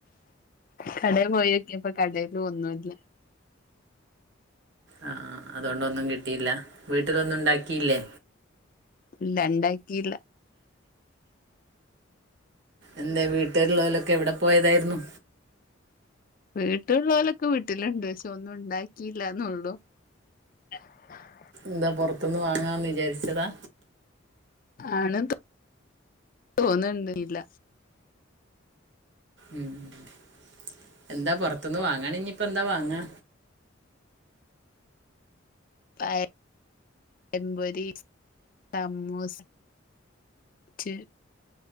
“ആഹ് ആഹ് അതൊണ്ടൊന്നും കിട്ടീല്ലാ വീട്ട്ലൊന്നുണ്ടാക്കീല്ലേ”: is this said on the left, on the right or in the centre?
Right